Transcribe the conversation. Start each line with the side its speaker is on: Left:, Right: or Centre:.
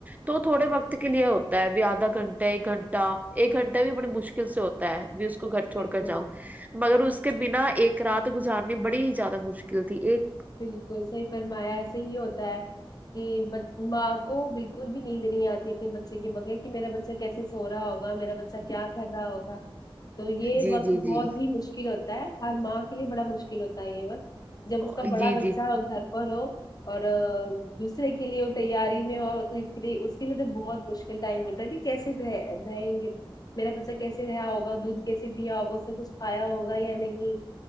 Right: تو تھوڑے وقت کے لیے ہوتا ہے ابھی آدھا گھنٹہ ایک گھنٹہ ایک گھنٹہ بھی بڑی مشکل سے ہوت ہےابھی اس کو گھر چھوڑ
Left: بالکل
Right: کر جاؤ مگر اس کے بنا ایک رات گذ ار بڑی ہی زیادہ مشکل تھی ایک
Left: بالکل صحیح فرمایا ایسے ہی ہوتا ہے کہ ب ماں کو بالکل بھی نیند نہیں آتی اپنے بچے کے بغیر کہ میرا بچہ کیسے سو رہا ہوگا میرا بچہ کیا کر رہا ہوگا تو یہ
Right: جی
Left: وقت
Right: جی
Left: بہت
Right: جی
Left: ہی مشکل ہوتا ہے ہر ماں کے لیے بڑا مشکل ہوتا ہے یہ وقت جب
Right: جی
Left: اس کا بڑا
Right: جی
Left: بچہ ہو گھر پر ہو اور دوسرے کے لیے وہ تیاری میں اور تو اس لیے اس کے لیے تو بہت مشکل ٹائم ہوتا ہے کہ کیسے رہ رہیں گے میرا بچہ کیسے ریہا ہوگا دودھ کیسے پیا ہوگا اس نے کچھ کھایا ہوگا یا نہیں